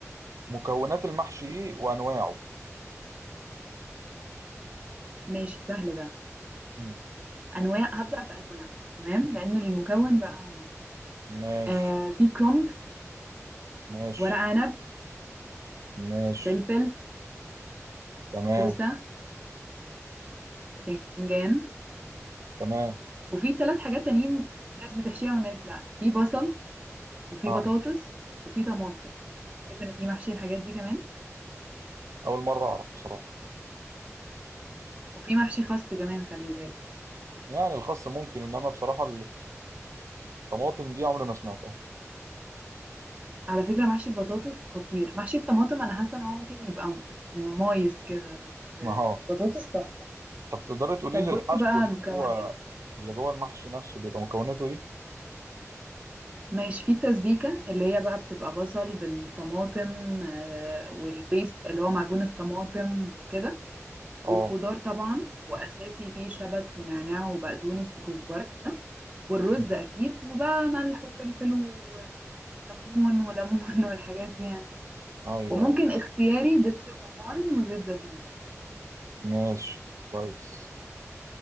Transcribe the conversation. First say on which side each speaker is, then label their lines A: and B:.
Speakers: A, on the right (about 75°); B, on the right (about 25°).
A: مكونات المحشي إيه وأنواعه
B: ماشي سهل ده
A: مم.
B: أنواع هبدأ بأنواعه تمام لأن المكون بقى نفسه
A: ماشي
B: آه في كرومب
A: ماشي
B: ورق عنب
A: ماشي
B: فلفل
A: تمام
B: كوسة وبتنجان
A: تمام
B: وفي ثلاث حاجات تانيين ناس بتحشيها وناس لا في بصل وفي
A: آه
B: بطاطس وفي طماطم عارف ان في محشي الحاجات دي كمان
A: أول مرة أعرف بصراحة
B: وفي محشي خس كمان خلي بالك
A: يعني الخاص ممكن انما بصراحه طماطم دي عمري ما سمعتها
B: على فكرة محشي البطاطس خطير محشي الطماطم انا حاسة ان هو ممكن يبقى م- مايس كده بس آه،
A: <laughs> اه
B: بطاطس تحفة
A: طب تقدري تقولي
B: طب
A: لي
B: بص
A: الحشو
B: بقى
A: اللي
B: المكونات
A: هو اللي جوه المحشي نفسه بيبقى مكوناته ايه
B: ماشي في التسبيكة اللي هي بقى بتبقى بصل بالطماطم آه، والبيست اللي هو معجون الطماطم وكده
A: اه
B: وخضار طبعا واساسي فيه شبت ونعناع وبقدونس وكزبره والرز
A: مم.
B: اكيد وبقى ملح وفلفل وكمون وليمون <laughs> والحاجات دي يعني
A: ايوه
B: وممكن
A: ايوه
B: اختياري دبس رمان وزيت زيتون
A: ماشي كويس